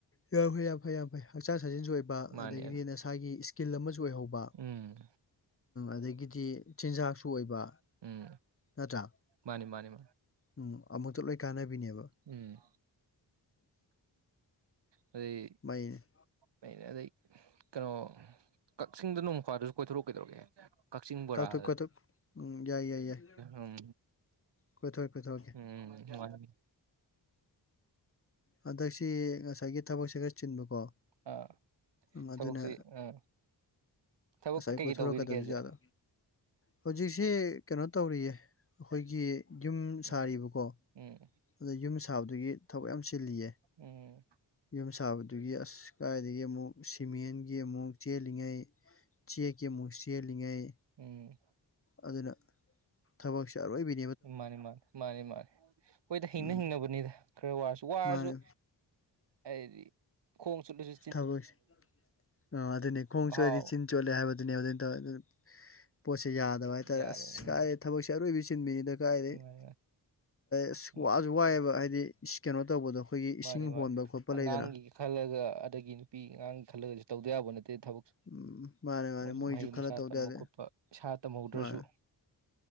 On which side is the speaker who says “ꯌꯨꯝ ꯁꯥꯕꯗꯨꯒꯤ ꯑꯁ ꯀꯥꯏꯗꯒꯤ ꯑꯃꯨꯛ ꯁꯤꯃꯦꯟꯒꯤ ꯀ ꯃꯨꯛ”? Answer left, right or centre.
Left